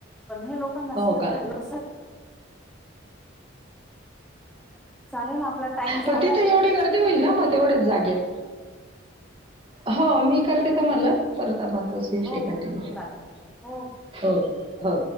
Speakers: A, in the centre; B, on the right.
A: पण हे लोकांना
B: हो
A: समजत
B: का?
A: नाही. कस चालेल आपला टाइम झालाय
B: पण तिथं एवढी
A: ताई.
B: गर्दी होईल ना मग तेवढेच जागेल. हो मी करते
A: ते
B: तुम्हाला परत आपण तोच विषय
A: हो हो
B: कंटिन्यू करू
A: चालेल हो हो.
B: हो. हो.